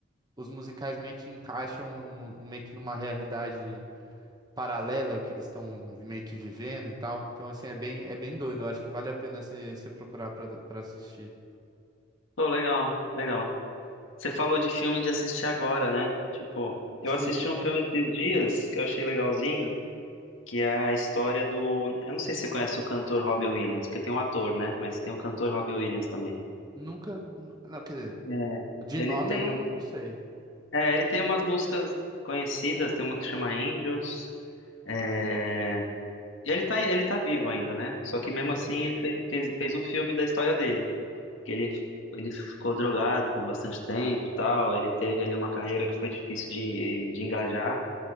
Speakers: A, on the right; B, on the left.
A: os musicais meio que encaixam no- meio que numa realidade paralela que eles estão meio que vivendo e tal. Então, assim, é bem, é bem doido. Eu acho que vale a pena você você procurar pra pra assistir.
B: Pô, legal, legal. Você falou de filme de assistir agora, né? Tipo, eu
A: Sim,
B: assisti um filme esses dias que eu achei legalzinho, que é a história do. Eu não sei se você conhece o cantor Robbie Williams, porque tem um ator, né? Mas tem o cantor Robbie Williams também.
A: nunca. Não, quer dizer,
B: É,
A: de
B: ele
A: nome
B: tem.
A: eu não, não sei.
B: É, ele tem umas músicas conhecidas, tem uma que chama Angels. É... e Ele tá, ele tá vivo ainda, né? Só que mesmo
A: Uhum.
B: assim ele fez, fez, fez um filme da história dele. que ele, ele ficou drogado por bastante tempo e tal. Ele teve ali uma carreira que foi difícil de, de engajar.